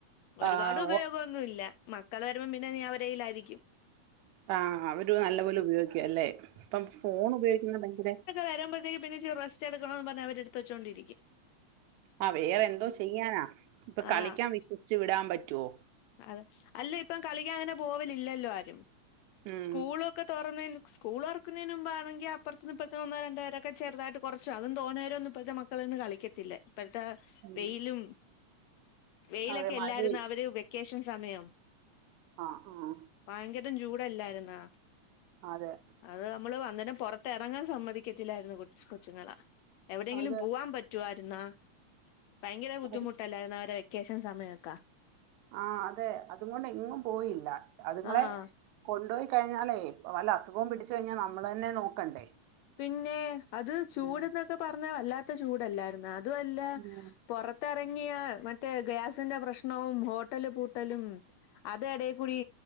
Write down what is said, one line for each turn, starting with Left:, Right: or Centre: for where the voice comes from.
Left: ഒരുപാട്
Right: ആഹ്
Left: ഉപയോഗന്നുല്ല
Right: ഓ-
Left: മക്കൾ വരുമ്പോം പിന്നെ ഇനി അവരെയിലായിരിക്കും.
Right: ആഹ് അവരും നല്ലപോലെ ഉപയോഗിക്കും അല്ലേ ഇപ്പം ഫോൺ ഉപയോഗിക്കുന്ന ഭയങ്കരെ
Left: വരുമ്പോഴത്തേക്ക പിന്നെച്ചിരി റസ്റ്റ് എടുക്കണോന്ന് പറഞ്ഞ് അവര് എടുത്ത് വച്ചോണ്ടിരിക്കും.
Right: ആഹ് വേറെ എന്തോ ചെയ്യാനാ ഇപ്പൊ കളിക്കാൻ
Left: ആഹ്
Right: വിശ്വസിച്ച് വിടാൻ പറ്റോ
Left: അതെ അല്ല ഇപ്പം കളിക്കാൻ അങ്ങനെ പോവലില്ലല്ലോ ആരും
Right: ഉം
Left: സ്കൂള് ക്കെ തോറന്ന് സ്കൂളോർക്കുന്നതിന് മുമ്പാണെങ്കി അപ്പർത്തിന്നും ഇപ്പർത്തിന്നും ഒന്നോ രണ്ടോപേരൊക്കെചേർതായ്ട്ട്, കൊറച്ചും അതും തോനെ നേരൊന്നും ഇപ്പോഴത്തെ മക്കളൊന്നും കളിക്കത്തില്ല ഇപ്പോഴത്തെ
Right: ഉം
Left: വെയിലും, വെയിലൊക്കെ
Right: അതെ മഴയും
Left: എല്ലാര്ന്ന് അവര് വെക്കേഷൻ സമയം
Right: ആഹ് ആഹ്
Left: ഭയങ്കരം ചൂടല്ലാര്ന്നാ
Right: അതെ.
Left: അത് നമ്മള് അന്നേരം പൊറത്ത് എറങ്ങാൻ സമ്മതിക്കത്തില്ലായിരുന്നു കൊ കൊച്ചുങ്ങളെ എവിടേ ങ്കിലും
Right: അത്
Left: പൂവാം പ റ്റുവായിരുന്നാ ഭയങ്കര ബുദ്ധിമുട്ടല്ലാര്ന്ന
Right: അത്
Left: അവരെ വെക്കേഷൻ സമയക്കെ.
Right: ആഹ് അതെ അതുങ്ങൊണ്ട് എങ്ങും പോയില്ല. അതുങ്ങളെ,
Left: ആഹ്
Right: കൊണ്ടോയി കഴിഞ്ഞാലേ വല്ല അസുഖവും പിടിച്ചഴിഞ്ഞാൽ നമ്മള്തന്നെ നോക്കണ്ടേ.
Left: പിന്നെ അത് ചൂട്
Right: ഉം
Left: ന്നൊക്കെ പറഞ്ഞ വല്ലാത്ത ചൂടല്ലാര്ന്നാ അതു അല്ല,
Right: ഉം.
Left: പൊറത്തെറങ്ങിയാ മറ്റേ ഗ്യാസിന്റെ പ്രശ്നവും, ഹോട്ടല് പൂട്ടലും, അതെ എടെകൂടി